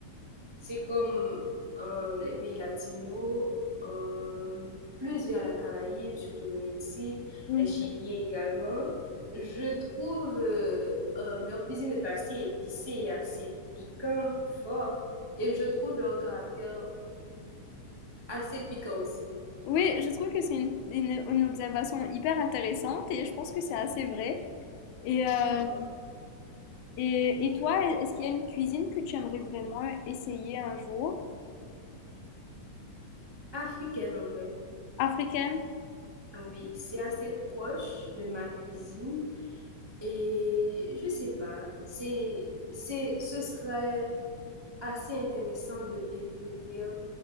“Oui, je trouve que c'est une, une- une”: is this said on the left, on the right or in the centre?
Left